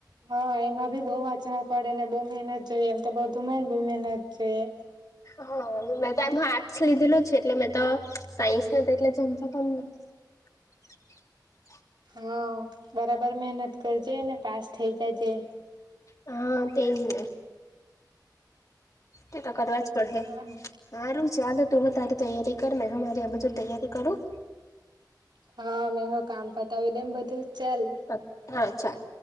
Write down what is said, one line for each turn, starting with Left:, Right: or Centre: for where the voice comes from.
Right: હા એમાં બી બહુ વાંચવા પડે ને બહુ મહેનત જોઈએ એમ તો બધુંમાંય ને બહુ મહેનત જોઈએ.
Left: હ મેં તો એમાં આર્ટસ લીધેલું છે એટલે મેં તો સાયન્સ નઈ તો એટલે ઝંઝટ જ નહી. <unintelligible>
Right: હા બરાબર મહેનત કરજે ને પાસ થઇ જાજે.
Left: હા તે જને. તે તો કરવા જ પડ હે
Right: હા
Left: હારું ચાલો તું તારી તૈયારી કર મેં મારી આ બજુ તૈયારી કરું?
Right: હા મેં હ કામ પતાવી દેમ બધું. ચાલ
Left: <unintelligible> હા ચાલ